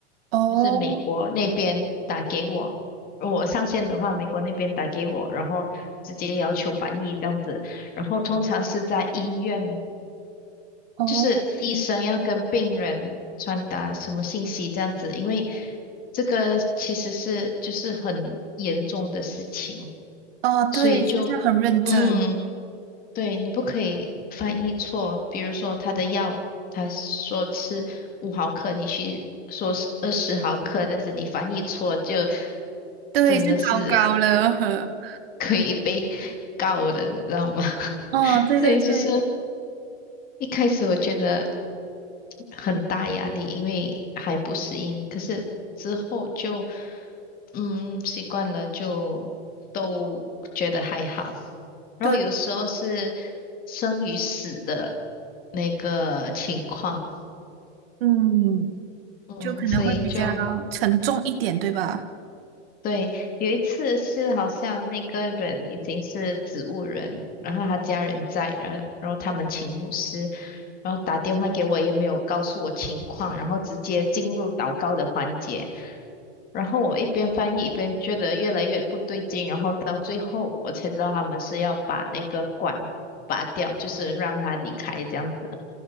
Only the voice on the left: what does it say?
就是美国那边打给我。我上线的话，美国那边打给我，然后直接要求翻译这样子。然后通常是在医院，
就是医生要跟病人传达什么信息这样子，因为这个其实是就是很严重的事情，
所以就嗯，
对，你不可以翻译错。比如说他的药，他说吃五毫克，你去说是二十毫克，但是你翻译错就
真的是。
可以被告的，你知道吗？<laughs>
所以就是一开始我觉得很大压力，因为还不适应，可是之后就嗯习惯了，就都觉得还好。然后有时候是
生与死的那个情况，
嗯，
所以就
对，有一次是好像那个人已经是植物人，然后他家人在，然后然后他们请牧师，然后打电话给我，也没有告诉我情况，然后直接进入祷告的环节，然后我一边翻译一边觉得越来越不对劲，然后到最后我才知道他们是要把那个管拔掉，就是让他离开这样子。